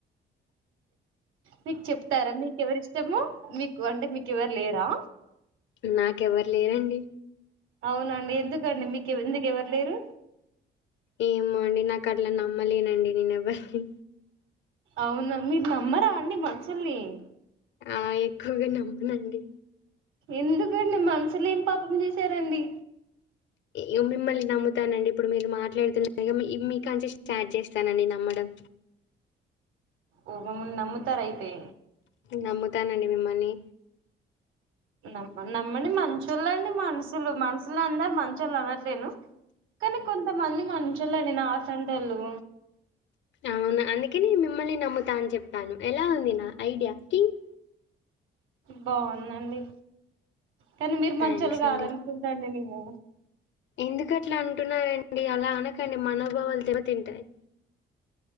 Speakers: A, on the right (about 80°); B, on the left (about 65°).
A: మీక్ చెప్తారా మీకెవరిష్టము మీకు అంటె మీకెవర్ లేరా.
B: నాకెవ్వర్ లేరండి.
A: ఔనండి ఎందుకండి మీకె ఎందుకెవ్వర్ లేరు.
B: ఏమో అండి నాకట్ల నమ్మలేనండి నేనెవ్వర్ని.
A: ఔన మీర్ నమ్మరా అండి మన్షుల్ని.
B: ఆ ఎక్కువ్గా నమ్మనండి.
A: ఎందుకండి మన్సులేం పాపం జేశారండి.
B: ఇ మిమ్మల్ని నమ్ముతానండి ఇప్పుడు మీరు మాట్లాడుతున్నార్గా మి మీకంచి స్టార్ట్ జేస్తానండి నమ్మడం.
A: ఓహొ మున్ నమ్ముతారైతె.
B: నమ్ముతానండి మిమ్మల్ని.
A: నమ్మ నమ్మండి మంచోళ్ళేండి మన్సులు మన్సులందర్ మంచళ్ళనట్లేను కని కొంతమంది మంచోళ్ళండి నాఅసంటోళ్ళు.
B: ఔన అందుకే మిమ్మల్ని నమ్ము. త అన్ చెప్తాను ఎలా ఉంది నా ఐడియా కింగ్.
A: బాందండి. కాని మీర్ మంచోల్లు
B: థ్యాంక్స్
A: కాదన్కుంటా
B: అండి.
A: అండి నేము. ఓ
B: ఎందుకు అట్లా అంటున్నారండి అలా అనకండి మనోభావాలు దెబ తింటాయి